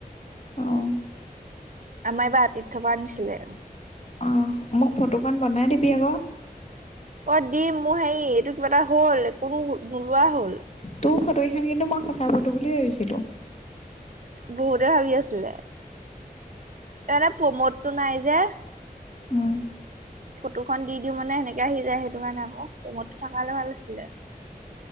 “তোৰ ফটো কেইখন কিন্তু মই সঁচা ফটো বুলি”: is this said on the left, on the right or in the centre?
Left